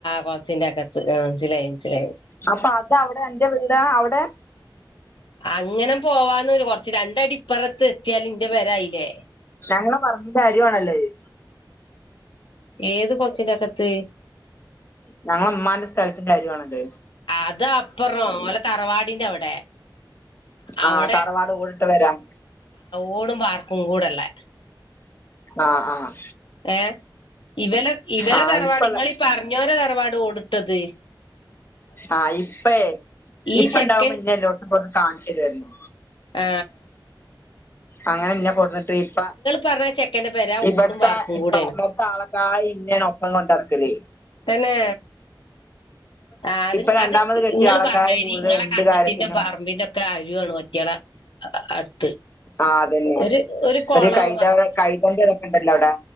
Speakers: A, on the left; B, on the left.
A: കൊളത്തിന്റകത്ത് ആ മൻസിലായി മൻസിലായി
B: അപ്പതവിടെ അന്റ വീടാ അവടെ
A: അങ്ങന പോവാന്നൊരു കൊറച്ച് രണ്ടടിപ്പറത്ത് എത്തിയാലിന്റ പെരായീല്ലേ
B: ഞങ്ങള പറമ്പിൻ്റരുവാണല്ലോ അഅ്
A: ഏത് കൊച്ചിലൊക്കത്ത്
B: ഞങ്ങളെ മ്മാന്റെ സ്ഥലത്തിന്റെ അരുവാണത്.
A: അത് അപ്പുറം ഓലെ തറവാടിന്റെ അവിടെ.
B: ആ
A: അവിടെ
B: തറവാട് ഓടിട്ട് വരാം
A: ഓടും പാർക്കും കൂടള്ളേ.
B: ആ ആ
A: ഏ ഇവല ഇവല
B: ആ
A: തറവാട്
B: ഇപ്പള്ള
A: ഇങ്ങളീ പറഞ്ഞോരെ തറവാട് ഓടുട്ടത്.
B: ആ ഇപ്പേ
A: ഈ
B: ഇപ്പണ്ടാവുമന്നെ
A: ചെക്കൻ
B: ല്ലോട്തുക്കും ഒകെ കാണിച്ചു തരുവായിരുന്നു.
A: ആ
B: അങ്ങനെ ഇന്നേ കൊടുന്നിട്ട് ഇപ്പ
A: പറഞ്ഞ ചെക്കന്റെ പെര
B: ഇവടത്തെ
A: ഓടും വാർപ്പും
B: ഇപ്പ
A: കൂടെയാണ്
B: ഇവ്ടത്തെ ആളക്കായിം ന്നെയാണ് ഒപ്പം കൊണ്ടറക്കല്.
A: തന്നെ ആ അത്
B: ഇപ്പൊ രണ്ടാമത്
A: അത്
B: കെട്ടിയ
A: ഇങ്ങല്
B: ആളക്കായും
A: പറഞ്ഞായിരി
B: കൂടുതൽ
A: ഇങ്ങളെ
B: എന്ത്
A: കണ്ടത്തിന്റെ
B: കാര്യത്തിനും
A: പറമ്പിന്റെ ഒക്കെ ആയി മറ്റയാളെ <inaudible>
B: ആ അതന്നെ
A: ഒരു കൊളം
B: ഒരു കൈത കൈതന്റെ ഇതൊക്കെണ്ടല്ലോ അവിടെ.